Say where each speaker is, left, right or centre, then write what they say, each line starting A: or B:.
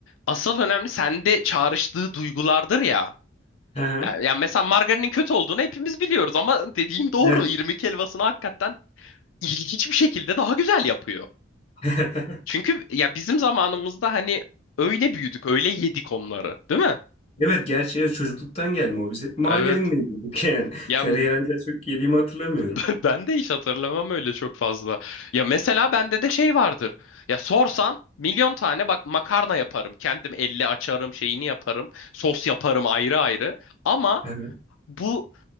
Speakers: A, on the left; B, on the left.
A: Asıl önemli sende çağrıştığı duygulardır ya.
B: Hı hı.
A: Ya, ya mesela margarinin kötü olduğunu hepimiz biliyoruz ama dediğin doğru.
B: Evet.
A: İrmik helvasını hakikaten ilginç bir şekilde daha güzel yapıyor.
B: <laughs>
A: Çünkü ya bizim zamanımızda hani öyle büyüdük, öyle yedik onları, değil mi?
B: Evet gerçi evet, çocukluktan gelme o biz hep margarinle
A: Evet.
B: yedik yani.
A: Ya
B: Tereyağıyla çok yediğimi hatırlamıyorum.
A: <laughs> ben de hiç hatırlamam öyle çok fazla. Ya mesela bende de şey vardır. Ya sorsan milyon tane bak makarna yaparım. Kendim elle açarım, şeyini yaparım. Sos yaparım ayrı ayrı. Ama
B: Hı hı.
A: Bu